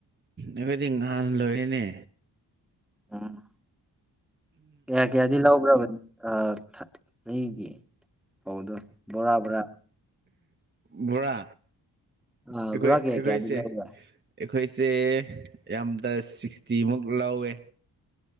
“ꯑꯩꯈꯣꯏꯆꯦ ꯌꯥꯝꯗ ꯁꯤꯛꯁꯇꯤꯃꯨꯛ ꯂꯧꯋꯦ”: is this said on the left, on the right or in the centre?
Right